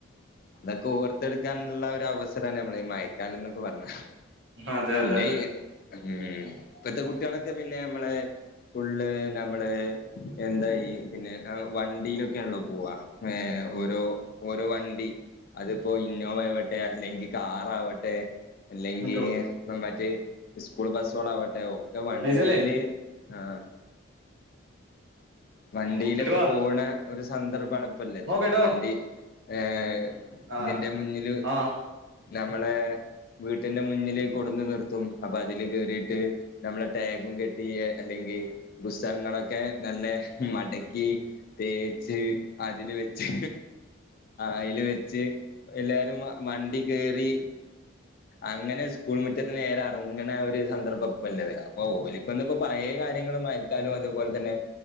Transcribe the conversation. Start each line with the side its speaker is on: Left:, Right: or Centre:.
Left: ഇതൊക്കെ ഓർത്തെടുക്കാനുള്ള ഒരു അവസരാണ് നമ്മള ഈ മയക്കാല എന്നൊക്കെ പറഞ്ഞ
Right: അതെ
Left: പിന്നെ
Right: അതെ അതെ
Left: ഉം ഇപ്പത്തെ കുട്ടികളൊക്കെ പിന്നെ നമ്മള് ഫുള്ള് നമ്മള് എന്താ ഈ പിന്നെ വണ്ടിയിലൊക്കെയാണല്ലോ പോവാ ഏഹ് ഓരോ ഓരോ വണ്ടി അതിപ്പോ ഇന്നോവ ആവട്ടെ അല്ലെങ്കി കാറാവട്ടെ അല്ലെങ്കി
Right: ട്ടോ
Left: മറ്റേ സ്കൂൾ ബസ്സുകളോവട്ടെ ഒക്കെ വണ്ടീല്
Right: പൈസല്ലേ
Left: ആഹ് വണ്ടിയിലൊക്കെ
Right: ഇങ്ങട്ട് വാ
Left: പോകുണെ ഒരു സന്ദർഭാണ് ഇപ്പല്ലത്
Right: നോക്കട്ടോ
Left: വണ്ടി ഏഹ്
Right: ആ
Left: ഇതിന്റെ മുന്നില്
Right: ആ
Left: നമ്മളെ വീട്ടിന്റെ മുന്നില് കൊടുന്ന് നിർത്തും അപ്പൊ അതില് കേറീട്ട് നമ്മളെ ടാഗും കെട്ടി അല്ലെങ്കിൽ പുസ്തകങ്ങളൊക്കെ നല്ല മടക്കി തേച്ച് അതില് വെച്ച് അതില് വെച്ച് എല്ലാരും വണ്ടി കറി അങ്ങനെ സ്കൂൾ മുറ്റത്ത് നേരാ അങ്ങനെ ആ ഒരു സന്ദർഭംല്ലത് അപ്പൊ ഓലിക്കൊന്നും പയെ കാര്യ യങ്ങളും മയക്കാലും അതുപോലെ തന്നെ